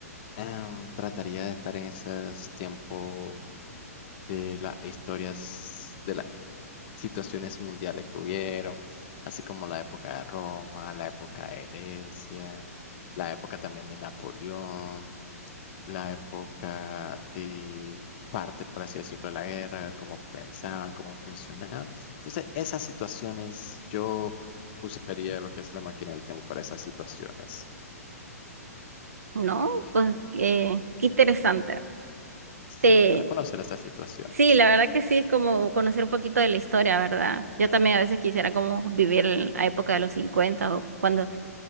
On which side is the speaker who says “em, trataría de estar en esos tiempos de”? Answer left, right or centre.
Left